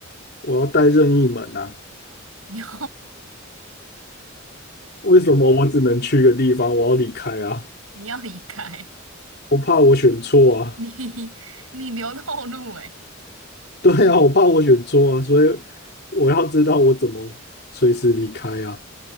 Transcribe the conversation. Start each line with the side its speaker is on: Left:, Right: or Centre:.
Left: 我要带任意门啊？
Right: <laughs> 你要
Left: 为什么我只能去一个地方？我要离开啊！
Right: 你要离开，
Left: 我怕我选错啊！
Right: 你你留后路哎
Left: <laughs> 对呀，我怕我选错啊，所以我要知道我怎么随时离开啊。